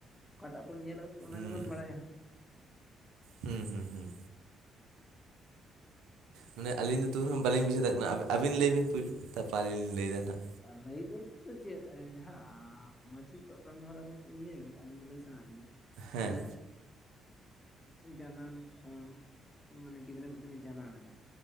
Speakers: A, on the left; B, on the right.
A: ᱚᱠᱟᱴᱟᱜ ᱵᱚᱱ ᱧᱮᱞᱟ ᱚᱱᱟ
B: ᱩᱸ
A: ᱜᱮᱵᱚᱱ ᱵᱟᱲᱟᱭᱟ ᱦᱟᱸᱜ
B: ᱦᱩᱸ ᱦᱩᱸ ᱦᱩᱸ ᱢᱟᱱᱮ ᱟᱹᱞᱤᱧ ᱫᱚ ᱛᱚᱵ ᱦᱚᱸ ᱵᱟᱹᱞᱤᱧ ᱟᱹᱞᱤᱧ ᱵᱩᱡᱷᱟᱹᱣ ᱫᱟᱲᱤᱭᱟᱜ ᱠᱟᱱᱟ ᱟᱹᱵᱤᱱ ᱞᱟᱹᱭ ᱵᱤᱱ ᱯᱳᱭᱞᱳ ᱛᱟᱨᱯᱚᱨ ᱟᱹᱞᱤᱧ ᱞᱟᱹᱭᱫᱟ ᱱᱟ ᱦᱟᱸᱜ
A: ᱞᱟᱹᱭ ᱵᱚᱞᱛᱮ ᱫᱚ ᱪᱮᱫ ᱡᱟᱦᱟᱸ ᱟᱺ ᱢᱟᱺᱡᱷᱤ ᱠᱟᱹᱢᱤ ᱦᱚᱨᱟ ᱵᱚᱞᱛᱮ ᱱᱤᱭᱟᱹᱜᱮ ᱟᱹᱞᱤᱧ ᱫᱚ ᱞᱟᱹᱭ ᱥᱟᱱᱟ ᱞᱤᱧᱟᱹ
B: ᱦᱮᱸ
A: ᱢᱟᱱᱮ ᱡᱟᱱᱟᱢ ᱠᱷᱚᱱ ᱢᱟᱱᱮ ᱜᱤᱫᱽᱨᱟᱹ ᱢᱤᱫ ᱴᱮᱱ ᱡᱟᱱᱟᱢ ᱢᱮᱱᱟ